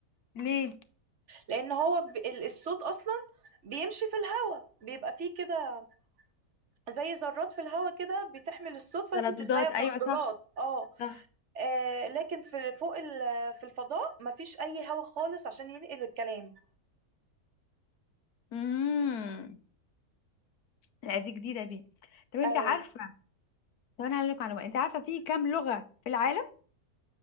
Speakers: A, on the left (about 80°); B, on the right (about 55°).
A: ليه
B: لان هو ب... ال- الصوت اصلا بيمشي في الهواء بيبقى فيه كده زي ذرات في الهواء كده بتحمل الصوت فانت
A: ترددات
B: بتسمعيها
A: ايوه
B: ترددات
A: صح
B: اه
A: صح
B: آه، لكن في فوق ال- في الفضاء مفيش اي هواء خالص عشان ينقل الكلام
A: امم لا دي جديده دي طب انت
B: ايوه
A: عارفه طب انا هقول لك معلومه انت عارفه في كام لغه في العالم